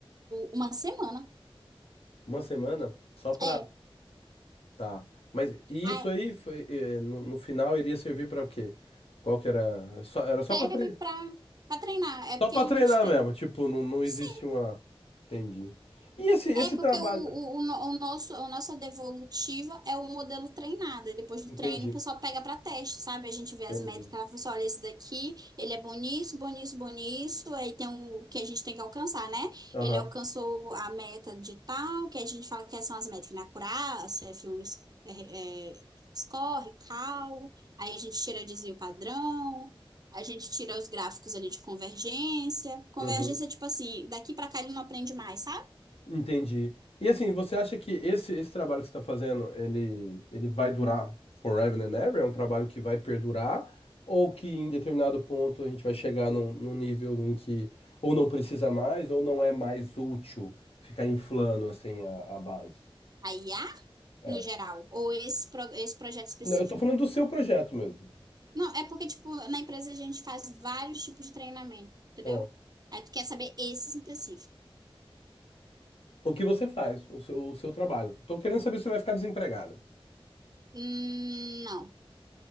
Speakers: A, on the right (about 40°); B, on the left (about 80°).
A: uma semana.
B: uma semana só pra.
A: É,
B: Tá. Mas e
A: aí
B: isso aí foi, eh, no, no final iria servir pra o quê? Qual que era? é Só, era só
A: serve
B: pra treinar.
A: pra pra treinar. É porque
B: Só pra
A: a
B: treinar
A: gente tem.
B: mesmo. Tipo, não, não
A: Sim,
B: existe uma. Entendi. E esse, esse
A: É porque
B: trabalho?
A: o, o, o, no- o nosso, a nossa devolutiva é o modelo treinado. E Depois
B: Entendi,
A: do treino, o pessoal pega para teste, sabe? A gente vê
B: entendi.
A: as métricas, ela fala assim, olha, esse daqui, ele é bom nisso, bom nisso, bom nisso. Aí tem o que a gente tem que alcançar, né?
B: Aham.
A: Ele alcançou a meta de tal, que a gente fala que são as métricas, né? Acurácia, F1, é, é, score, cal. Aí a gente tira desvio padrão. A gente tira os gráficos ali de convergência. Convergência,
B: uhum.
A: é tipo assim, daqui para cá ele não aprende mais, sabe?
B: Entendi. E assim, você acha que esse, esse trabalho que você está fazendo, ele, ele vai durar forever and ever? É um trabalho que vai perdurar? Ou que em determinado ponto a gente vai chegar num, num nível em que ou não precisa mais, ou não é mais útil ficar inflando assim a, a base?
A: Aí, ah,
B: É.
A: no geral, ou esse, pro- esse projeto específico.
B: Não, eu tô falando do seu projeto mesmo.
A: Não, é porque, tipo, na empresa a gente faz vários tipos de treinamento, entendeu?
B: Ó,
A: Aí tu quer saber esse específico.
B: O que você faz, o seu, o seu trabalho. Tô querendo saber se você vai ficar desempregado.
A: Hum, não,